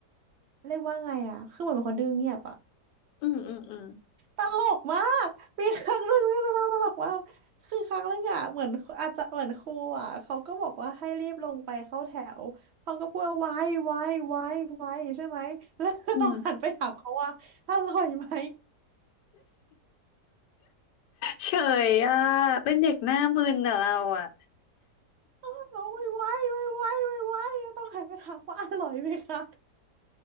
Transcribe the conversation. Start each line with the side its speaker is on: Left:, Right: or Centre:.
Right: เรียกว่าไงอ่ะคือเหมือนเป็นคนดื้อเงียบอ่ะ
Left: อืมอืมอืม
Right: ตลกมากมีครั้งหนึ่งที่จะเล่าตลกมากคือครั้งหนึ่งอ่ะเหมือนอาจจะเหมือนครูอ่ะเขาก็บอกว่าให้รีบลงไปเข้าแถวเขาก็พูดว่าไว้ไว้ไว้ไว้ใช่ไหมแล้ว <laughs> ก็ต้องหันไปถามเขาว่าอร่อยไหม
Left: อืมเฉยอ่ะเป็นเด็กหน้ามึนอ่ะเราอ่ะ
Right: เอาไว้ไว้ไว้ไว้ไว้ไว้แล้วต้องหันไปถามว่าอร่อยไหมคะ